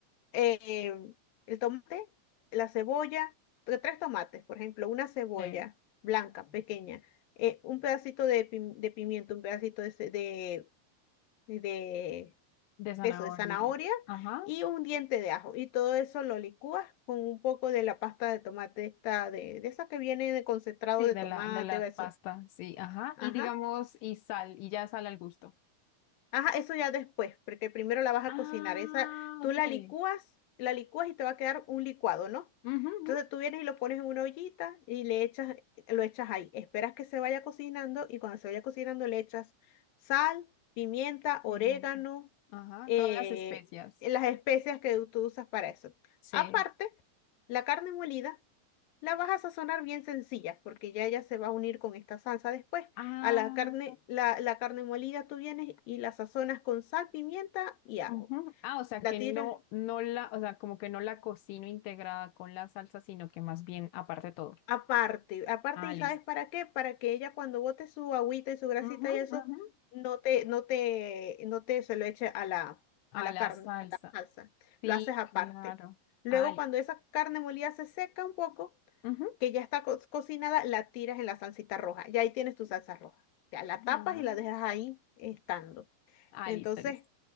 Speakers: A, on the left (about 60°); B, on the left (about 80°).
A: eh, el tomate, la cebolla, tre- tres tomates, por ejemplo, una cebolla
B: Sí.
A: blanca, pequeña, eh, un pedacito de, pim- de pimiento, un pedacito de, ce- de, de,
B: de zanahoria.
A: de eso, de zanahoria
B: Ajá.
A: y un diente de ajo. Y todo eso lo licúas con un poco de la pasta de tomate, esta de, de esa que viene de concentrado
B: Sí,
A: de
B: de
A: tomate
B: la, de la
A: o eso.
B: pasta, sí, ajá.
A: Ajá.
B: Y digamos, y sal, y ya sal al gusto.
A: Ajá, eso ya después, porque primero la vas a
B: Ah,
A: cocinar. Esa, tú
B: ok.
A: la
B: Sí.
A: licúas, la licúas y te va a quedar un licuado, ¿no?
B: Ujú, ujú.
A: Entonces tú vienes y lo pones en una ollita y le echas, lo echas ahí. Esperas que se vaya cocinando y cuando se vaya cocinando le echas sal, pimienta, orégano,
B: Pimienta. Ajá,
A: eh,
B: todas las especias.
A: las especias que tú usas para eso.
B: Sí.
A: Aparte, la carne molida. La vas a sazonar bien sencilla, porque ya ya se va a unir con esta salsa después.
B: Ah,
A: A la carne, la, la carne molida tú vienes y la sazonas con sal, pimienta y ajo.
B: ujú. Ah, o sea
A: La
B: que
A: tiras
B: no, no la, o sea, como que no la cocino integrada con la salsa, sino que más bien aparte de todo.
A: aparte, aparte,
B: Ah,
A: ¿y
B: listo.
A: sabes para qué? Para que ella cuando bote su agüita y su grasita
B: Ujú,
A: y eso,
B: ujú.
A: no te, no te, no te se lo eche a la,
B: A
A: a la
B: la
A: carne,
B: salsa.
A: a la salsa.
B: Sí,
A: Lo haces aparte.
B: claro.
A: Luego,
B: Ah, li-
A: cuando esa carne molida se seca un poco,
B: ujú.
A: que ya está co- cocinada, la tiras en la salsita roja. Y ahí tienes tu salsa roja. Ya la
B: Ah,
A: tapas y la dejas ahí estando.
B: ah,
A: Entonces,
B: listo, listo.